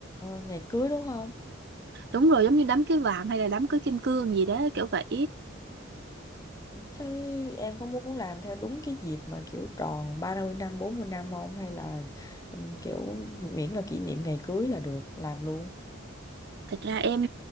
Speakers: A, on the left; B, on the right.
A: ngày cưới đúng không?
B: Đúng rồi, giống như đám cưới vàng hay là đám cưới kim cương gì đó, kiểu vậy.
A: Thế em có muốn làm theo đúng cái dịp mà kiểu tròn 30 năm, 40 năm không? Hay là ừ, kiểu miễn là kỷ niệm ngày cưới là được làm luôn?
B: Thật ra em